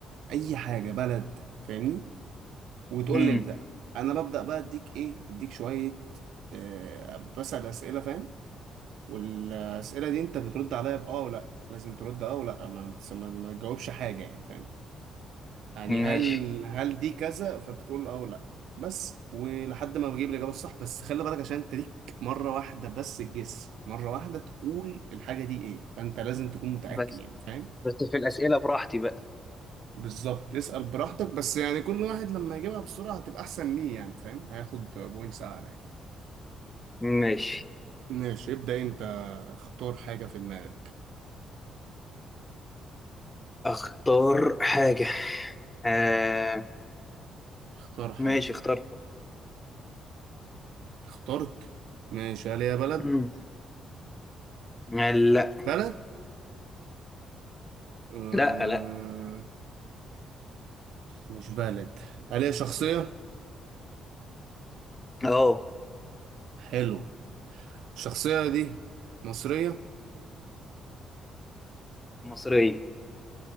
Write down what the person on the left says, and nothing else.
امم
ماشي
بس
بس في الأسئلة براحتي بقى
ماشي
اختار حاجة آه
ماشي اخترت
مم. آه، لا
لا لا
اه
مصرية